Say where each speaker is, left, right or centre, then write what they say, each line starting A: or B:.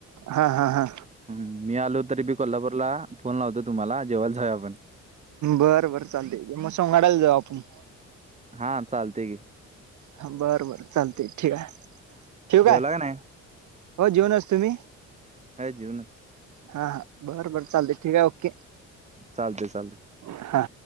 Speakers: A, on the right; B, on the right.
A: हा हा हा
B: हम् मी आलो तरी बी कोल्हापूरला फोन लावतो तुम्हाला जेवयलाच हऊ आपण
A: बर बर चालते मग सगाडायला जाऊ आपण
B: हा चालते गी
A: ह बर बर चालते ठीक आहे ठेव
B: जेवला
A: काय
B: का नाही
A: हो जेऊनच तुम्ही
B: ह जीव ना
A: हा हा बर बर चालते ठीक आहे ओके
B: चालतय चालत
A: हा